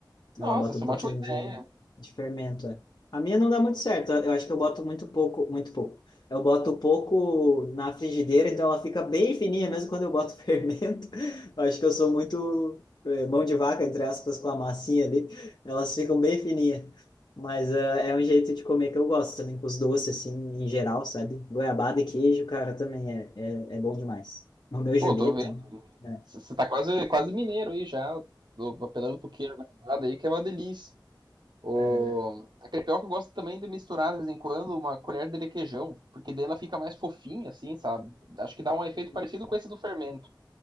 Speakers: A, on the left; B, on the right.
A: Ela
B: Nossa,
A: bota
B: essa
A: um pouquinho
B: é uma ótima ideia.
A: de, de fermento, é. A minha não dá muito certo. Eu acho que eu boto muito pouco, muito pouco. Eu boto pouco na frigideira, então ela fica bem fininha, mesmo quando eu boto fermento. <laughs> Eu acho que eu sou muito eh, mão de vaca, entre aspas, com a massinha ali. Elas ficam bem fininhas. Mas eh, é um jeito de comer que eu gosto também, com os doces, assim, em geral, sabe? Goiabada e queijo, cara, também é, é, é bom demais. Romeu e
B: Pô,
A: Julieta,
B: tô vendo.
A: né?
B: Você tá quase, quase mineiro aí já. Tô apelando pro queijo guardado aí, que é uma delícia. O...
A: É.
B: A crepioca eu gosto também de misturar de vez em quando uma colher de requeijão, porque daí ela fica mais fofinha, assim, sabe? Acho que dá um efeito
A: é,
B: parecido com esse do fermento.